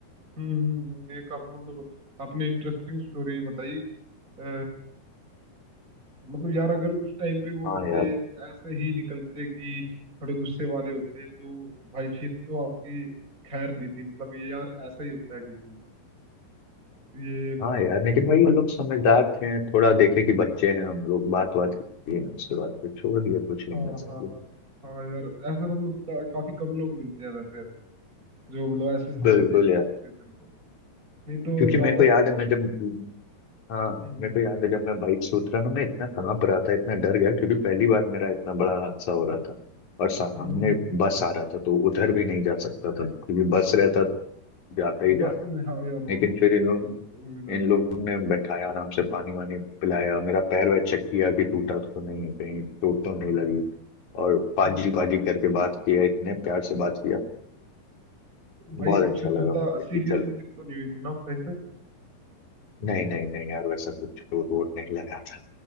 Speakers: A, on the right (about 20°); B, on the left (about 50°).
A: हम्म हम्म, हम्म, ये काफी मतलब आपने इंटरेस्टिंग स्टोरी बताई आ, मतलब यार अगर उस टाइम पे वो
B: हाँ
A: बंदे
B: यार
A: ऐसे ही निकलते कि थोड़े गुस्से वाले होते तो भाई फिर तो आपकी खैर नहीं थी मतलब ये यार ऐसा ही होता है क्योंकि ये मतलब
B: हाँ यार लेकिन
A: जो
B: भाई वो लोग समझदार थे थोड़ा देखे कि बच्चे हैं हम लोग बात बात की है उसके बाद फिर छोड़ दिया कुछ नहीं
A: हाँ
B: ऐसा
A: हाँ
B: किया
A: हाँ हाँ यार ऐसे मतलब का, काफी कम लोग मिलते हैं वैसे ऐसे जो मतलब ऐसे समझ
B: बिल्कुल
A: लेते
B: यार
A: हैं सिचुएशन को नहीं तो
B: क्योंकि
A: ज्यादातर
B: मेरे को याद
A: लोग
B: है मैं जब हाँ
A: हम्म
B: मेरे
A: हम्म
B: को याद है जब मैं बाइक से उतरा ना मैं इतना कांप रहा था इतना डर गया क्योंकि पहली बार मेरा इतना बड़ा हादसा हो रहा था और सामने
A: हम्म हम्म, हम्म,
B: बस आ रहा था तो उधर भी नहीं जा सकता था क्योंकि बस रहता जाता
A: तो
B: ही जाता
A: बस में हाँ यार
B: लेकिन
A: वो तो
B: फिर इन लोग
A: फिर तो उम्मीद
B: इन
A: था
B: लोगों ने बैठाया आराम से पानी वानी पिलाया मेरा पैर वैर चेक किया कि टूटा तो नहीं है कहीं चोट तो नहीं
A: अच्छा अच्छा
B: लगी और पाजी
A: तो
B: पाजी करके बात किया इतने प्यार से बात किया बहुत
A: भाई
B: अच्छा
A: कुछ ज्यादा
B: लगा मुझे कि
A: सीरियस
B: चलो
A: इंजरी तो नहीं हुई थी ना उस टाइम पे
B: नहीं नहीं नहीं यार वैसा कुछ चोट वोट नहीं लगा था